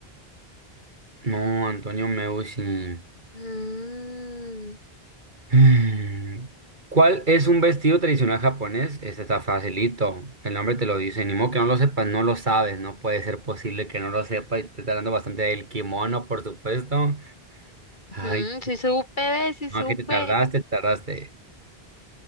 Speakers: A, on the right (about 50°); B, on the left (about 50°).
A: No, Antonio Meucci.
B: Mm,
A: Mm. ¿Cuál es un vestido tradicional japonés? Este está facilito. El nombre te lo dice. Ni modo que no lo sepas, no lo sabes. No puede ser posible que no lo sepas. Y te está hablando bastante del kimono, por supuesto. Ay,
B: ujú, sí supe, sí
A: no,
B: supe.
A: que te tardaste, te tardaste.